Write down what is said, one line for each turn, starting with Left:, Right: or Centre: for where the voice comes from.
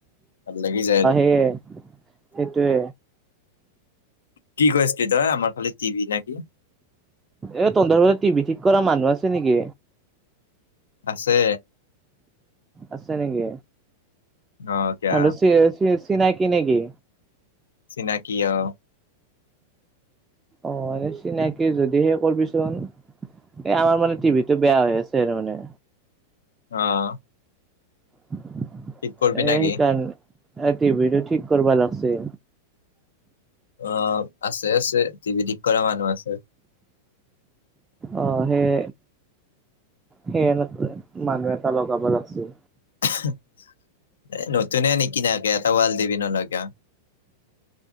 Left: ভাল লাগি যায় এইটো।
Right: এ সেইটোৱে।
Left: কি কৈ আছিলি তই আমাৰ খালি টিভি নাকি?
Right: এ তহঁতৰ ফালে টিভি ঠিক কৰা মানুহ আছে নেকি?
Left: আছে
Right: আছে নেকি?
Left: অ কিয়া
Right: আৰু চি চি চিনাকি নেকি?
Left: চিনাকি অহ।
Right: অ চিনাকি যদিহে কৰিবিচোন। এ আমাৰ মানে টিভিটো বেয়া হৈ আছে আৰু মানে।
Left: অ।
Right: এ
Left: ঠিক কৰবি নেকি
Right: সেইকাৰণ টিভিটো ঠিক কৰিবা লাগছে।
Left: অ আছে আছে, টিভি ঠিক কৰা মানুহ আছে।
Right: অ সেই সেই মানুহ এটা লগাব লাগছিল।
Left: আহো, এ নতুনে নেকি নাকে এটা ৱাল টিবি নল কিয়?